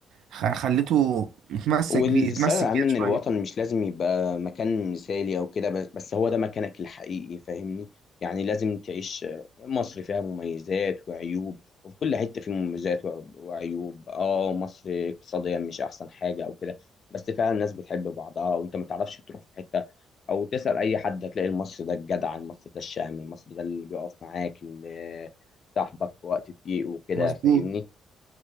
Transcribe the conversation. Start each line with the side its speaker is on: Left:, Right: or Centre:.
Right: خ- خلته اتمسك
Left: والثانوي
Right: بيه اتمسك
Left: العام
Right: بيها
Left: ان
Right: شوية
Left: الوطن مش لازم يبقى مكان مثالي او كده بس بس هو ده مكانك الحقيقي فاهمني يعني لازم تعيش مصر فيها مميزات وعيوب وفي كل حتة فيه مميزات وع- وعيوب اه مصر اقتصاديا مش احسن حاجة او كده بس فعلا الناس بتحب بعضها وانت ما تعرفش تروح في حتة او تسأل اي حد هتلاقي المصري ده الجدع المصري ده الشهم المصري ده اللي بيقف معاك اللي صاحبك في وقت الضيق وكده
Right: مظبوط
Left: فاهمني